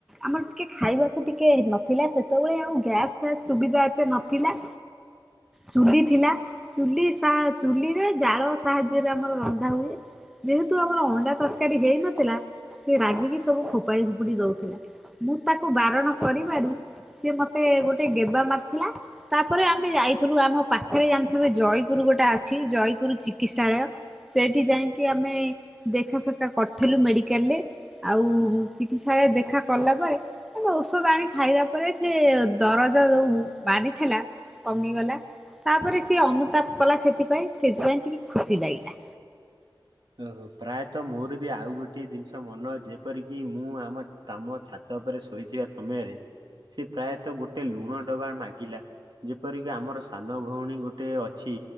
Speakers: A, in the centre; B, on the right.
A: ଆମର ଟିକେ ଖାଇବାକୁ ଟିକେ ନ ଥିଲା ସେତେବେଳେ ଆଉ ଗ୍ୟାସ୍ ଫ୍ୟାସ୍ ସୁବିଧା ଏତେ ନଥିଲା।
B: <inaudible>
A: ଚୁଲି ଥିଲା ଚୁଲି ସା ଚୁଲିରେ ଜାଳ ସାହାଯ୍ୟରେ ଆମର ରନ୍ଧା ହୁଏ। ଯେହେତୁ ଆମର ଅଣ୍ଡା ତରକାରୀ ହେଇନଥିଲା ସେ ରାଗିକି ସବୁ ଫୋପାଡି ଫୋପୁଡି ଦଉଥିଲା। ମୁଁ ତାକୁ ବାରଣ କରିବାରୁ ସିଏ ମତେ ଗୋଟେ ଗେବା ମାରିଥିଲା। ତାପରେ ଆମେ ଯାଇଥିଲୁ ଆମ ପାଖରେ ଜାଣିଥିବେ ଜୟପୁର ଗୋଟେ ଅଛି ଜୟପୁର ଚି କିତ୍ସାଳୟ ସେଇଠି ଯାଇକି ଆମେ ଦେଖାସଖାତ କରିଥିଲୁ ମେଡିକାଲ ରେ। ଆଉ ଚିକିତ୍ସାଳୟ ଦେଖା କଲା ପରେ ଔଷଧ ଆଣି ଖାଇଲା ପରେ ସେ ଦରଜ ଯୋଉ ବାହାରିଥିଲା। କମିଗଲା ତାପରେ ସିଏ ଅନୁତାପ କଲା ସେଥିପାଇଁ ସେଥିପାଇଁ ଟିକେ ଖୁସି ଲାଗିଲା।
B: ଓହୋ ପ୍ରାୟତଃ ମୋର ବି ଆଉ ଗୋଟେ ଜିନିଷ ମନ ଯେପର କିି ମୁଁ ଆମ ତମ ଛ ତାପରେ ଶୋଇଥିବା ସମୟରେ ସେ ପ୍ରାୟତଃ ଗୋଟେ ଲୁଣ ଡବା ମାଗିଲା। ଯେପରିକି ଆମର ସାନ ଭଉଣୀ ଗୋଟେ ଅଛି